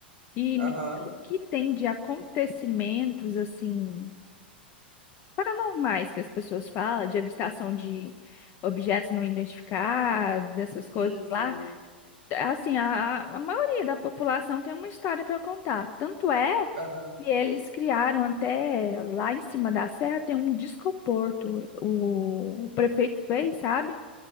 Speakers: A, on the left; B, on the right.
A: E
B: Aham.
A: menina, o que tem de acontecimentos assim paranormais que as pessoas falam, de avistação de objetos não identificados, dessas coisas
B: Sim, sim.
A: lá, assim, a, a maioria da população tem uma história para contar. Tanto é
B: Aham.
A: E eles criaram até lá em cima da serra tem um discoporto. O, o prefeito fez, sabe?